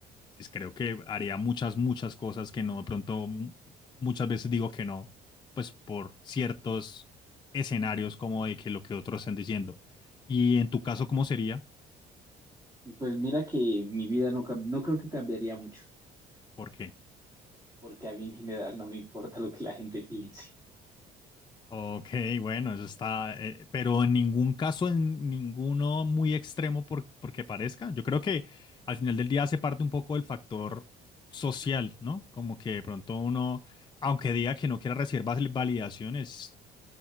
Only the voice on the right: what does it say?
pues mira que mi vida no, cam- no creo que cambiaría mucho,
porque a mí en general no me importa lo que la gente piense.